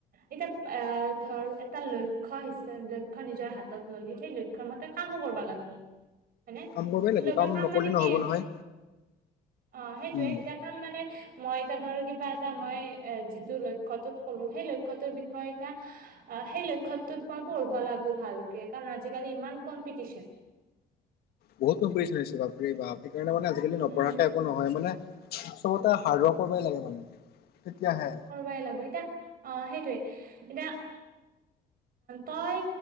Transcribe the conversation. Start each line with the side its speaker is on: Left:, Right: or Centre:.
Right: এতিয়া এ ধৰ এটা লক্ষ্য, লক্ষ্য নিজৰ হাতত ললি সেই লক্ষ্য লক্ষ্যৰ মতে কামো কৰবা লাগিব। হয়নে
Left: কাম কৰিবই লাগিব
Right: লক্ষ্যৰ কাম
Left: নকৰিলে
Right: মানে
Left: নহ'ব
Right: কি
Left: নহয়
Right: অহ, সেইটোৱে
Left: উম।
Right: এতিয়া কাম মানে মই এতিয়া ধৰ কিবা এটা, মই এ যিটো লক্ষ্য লক্ষ্যটো কলো সেই লক্ষ্যটোৰ বিষয় ইটা অহ, সেই লক্ষ্যটোত মই পঢ়িব লাগবো ভালকে কাৰণ আজিকালি ইমান কম্পিটিচন।
Left: বহুত কম্পিটশ্যন হৈছে বাপাৰেবাপ সেইকাৰণে মানে আজিকালি
Right: উম
Left: নপঢ়াকে এক নহয় মানে চবতে হাৰ্ড ৱৰ্কৰ লাগে মানে, তেতিয়াহে।
Right: কৰাই লাগবো এতিয়া অহ, সেইটোৱে। এতিয়া তই